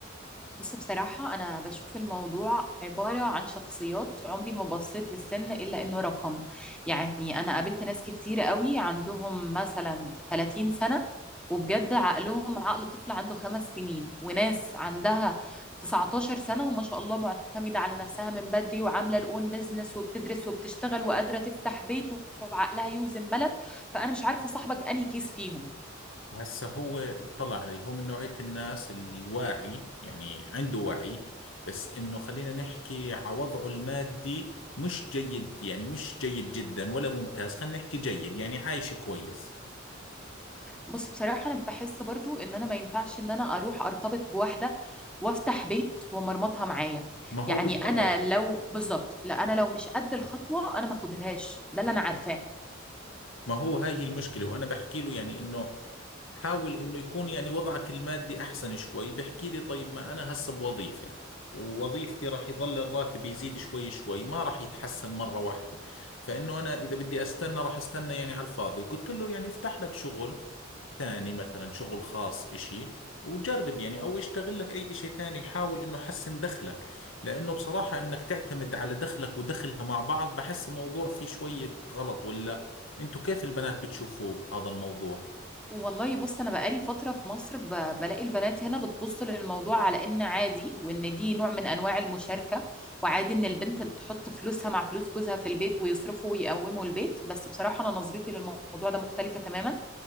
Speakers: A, in the centre; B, on the left (about 80°).
A: بص بصراحة أنا بشوف الموضوع عبارة عن شخصيات عمري ما بصيت للسن إلا إنه رقم يعني أنا قابلت ناس كتير قوي عندهم مثلا 30 سنة وبجد عقلهم عقل طفل عنده خمس سنين وناس عندها 19 سنة وما شاء الله معتمدة على نفسها من بدري وعاملة الأون بيزنس وبتدرس وبتشتغل وقادرة تفتح بيت وعقلها يوزن بلد فأنا مش عارفة صاحبك أنهي كيس فيهم
B: هسه هو اطلع عليه هو من نوعية الناس الواعي يعني عنده وعي بس انه خلينا نحكي على وضعه المادي مش جيد يعني مش جيد جدا ولا ممتاز خلينا نحكي جيد يعني عايش كويس
A: بص بصراحة أنا بحس برضو إن أنا ما ينفعش إن أنا أروح أرتبط بواحدة وأفتح بيت ومرمطها معايا
B: ما هو
A: يعني
B: بالضبط
A: أنا لو بالظبط لا أنا لو مش قد الخطوة أنا ما أخدهاش ده اللي أنا عارفاه
B: ما هو هاي هي المشكلة وانا بحكي له يعني انه حاول انه يكون يعني وضعك المادي احسن شوي بحكي لي طيب ما انا هسه بوظيفة ووظيفتي راح يضل الراتب يزيد شوي شوي ما راح يتحسن مرة واحدة فانه انا اذا بدي استنى راح استنى يعني على الفاضي قلت له يعني افتح لك شغل ثاني مثلا شغل خاص اشي وجرب يعني او اشتغل لك اي اشي ثاني حاول انه حسن دخلك لانه بصراحة انك تعتمد على دخلك ودخلها مع بعض بحس الموضوع فيه شوية غلط ولا انتوا كيف البنات بتشوفوه هذا الموضوع
A: والله بص أنا بقالي فترة في مصر ب... بلاقي البنات هنا بتبص للموضوع على إن عادي وإن دي نوع من أنواع المشاركة وعادي إن البنت بتحط فلوسها مع فلوس جوزها في البيت ويصرفوا ويقوموا البيت بس بصراحة أنا نظرتي للموضوع ده مختلفة تماما